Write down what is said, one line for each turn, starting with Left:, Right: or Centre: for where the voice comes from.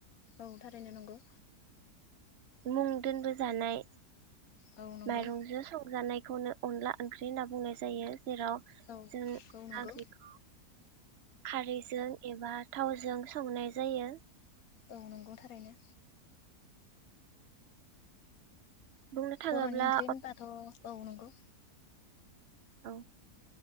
Left: औ थारैनो नंगौ।
Right: मुं दोनबोजानाय
Left: औ नंगौ
Right: माइरं जो संजानाय बेखौनो अनला ओंख्रि होनना बुंनाय जायो। जेराव
Left: औ
Right: जों
Left: औ नंगौ
Right: <unintelligible> खौ खारैजों एबा थावजों संनाय जायो।
Left: औ नंगौ थारैनो
Right: बुंनो थाङोब्ला
Left: बर'नि ओंख्रि होनबाथ' औ नंगौ
Right: औ